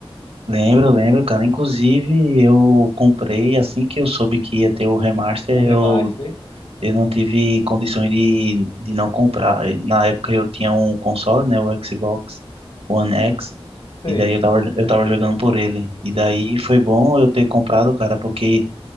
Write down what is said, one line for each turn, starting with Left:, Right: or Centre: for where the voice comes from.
Right: Lembro, lembro, cara. Inclusive eu comprei assim que eu soube que ia ter o remaster,
Left: O remaster.
Right: eu, eu não tive condições de, de não comprar. E Na época eu tinha um console, né, o Xbox One X,
Left: Sei.
Right: e daí eu tava, eu tava jogando por ele. E daí foi bom eu ter comprado, cara, porque